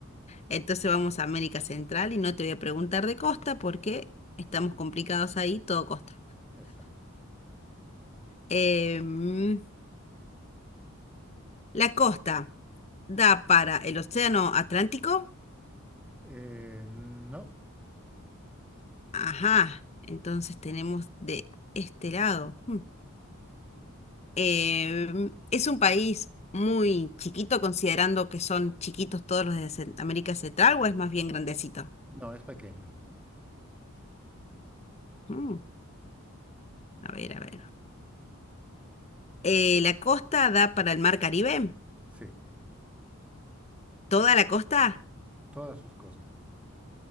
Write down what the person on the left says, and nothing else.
entonces vamos a América Central y no te voy a preguntar de costa porque estamos complicados ahí, todo costa.
Em, la costa da para el Océano Atlántico.
Ajá, entonces tenemos de este lado. Hmm. Eh, es un país muy chiquito, considerando que son chiquitos todos los de Cen- América Central, o es más bien grandecito.
Hmm, A ver, a ver. Eh, la costa da para el mar Caribe.
¿Toda la costa?